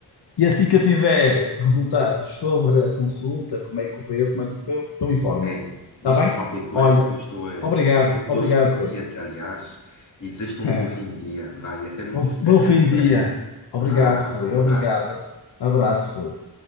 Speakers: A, on the left; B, on the left.
A: E assim que eu tiver resultados sobre a consulta, como é que correu, como é que correu, eu informo-te.
B: é,
A: Está
B: diz-me
A: bem?
B: qualquer coisa
A: Olha,
B: que eu estou a,
A: obrigado,
B: eu
A: obrigado,
B: torço por
A: Rui.
B: ti, aliás, e desejo-te
A: <laughs>
B: um bom fim de dia. Vai, até muito,
A: Bom, bom
B: até
A: fim
B: muito
A: de
B: breve.
A: dia. Obrigado,
B: Vá,
A: Rui.
B: vá, um
A: Obrigado.
B: abraço.
A: Abraço, Rui.